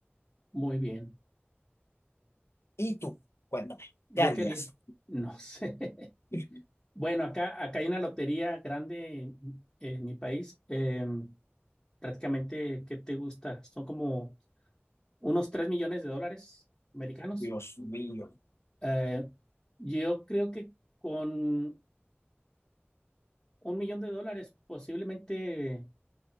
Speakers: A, on the left (about 15°); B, on the left (about 85°).
A: Muy bien.
B: Y tú, cuéntame,
A: ¿Yo
B: ¿qué harías?
A: qué haría? No sé. <laughs>
B: <laughs>
A: Bueno, acá, acá hay una lotería grande en, en mi país. Em, prácticamente, ¿qué te gusta? Son como unos 3 millones de dólares americanos.
B: Dios mío.
A: Eh, yo creo que con un millón de dólares posiblemente